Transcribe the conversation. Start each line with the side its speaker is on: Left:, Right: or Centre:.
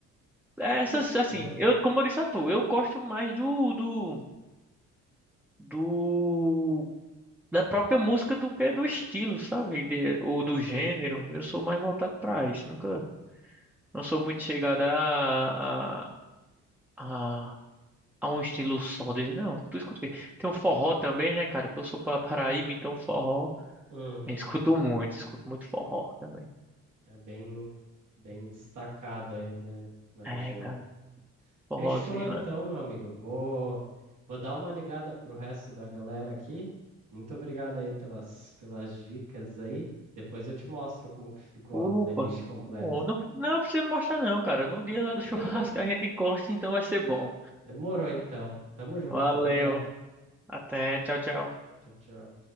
Centre: é, essas,
Right: Fechou.
Centre: assim, eu, como eu disse a tu, eu gosto mais do, do, do, da própria música do que do estilo, sabe? De- ou
Right: Ok.
Centre: do gênero. Eu sou mais voltado pra isso. Nunca. Não sou muito chegada a, a, a, a um estilo só. Dizer, não, tu escuta o quê? Tem um forró também, né, cara? Que eu sou para Paraíba, então forró.
Right: Uhum.
Centre: Eu escuto muito, escuto muito forró também.
Right: É bem, bem destacado aí, né, na, na região.
Centre: É, cara, forrozinho,
Right: Fechou então,
Centre: mano.
Right: meu amigo. Vou, vou dar uma ligada pro resto da galera aqui. Muito obrigado aí pelas, pelas dicas aí. Depois eu te mostro como que ficou
Centre: Opa!
Right: a playlist completa.
Centre: Bom, não, não precisa me mostrar, não, cara. No dia lá do
Right: <laughs>
Centre: <laughs> churrasco a gente encosta, então vai ser bom.
Right: Demorou então. Tamo junto,
Centre: Valeu.
Right: até.
Centre: Até, tchau, tchau.
Right: Tchau, tchau.